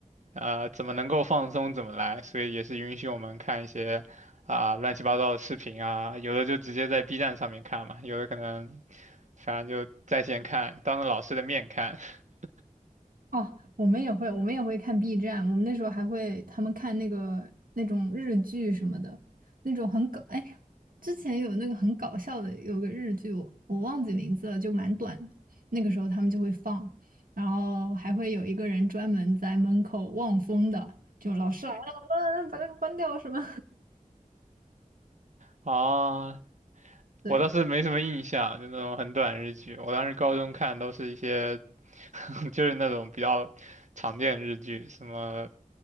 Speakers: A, on the right (about 60°); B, on the right (about 85°).
A: 呃怎么能够放松怎么来，所以也是允许我们看一些啊、乱七八糟的视频啊，有的就直接在 B 站上面看嘛，有的可能反正就在线看，当着老师的面看。<laughs>
B: 哦，我们也会，我们也会看 B 站，我们那时候还会他们看那个那种日剧什么的，那种很搞，哎，之前有那个很搞笑的，有个日剧，我我忘记名字了，就蛮短的，那个时候他们就会放，然后还会有一个人专门在门口望风的，就老师来了，呃把那个关掉什么，
A: 啊，
B: <laughs> 对。
A: 我倒是没什么印象，就那种很短日剧。我当时高中看都是一些，<laughs> 就是那种比较常见的日剧，什么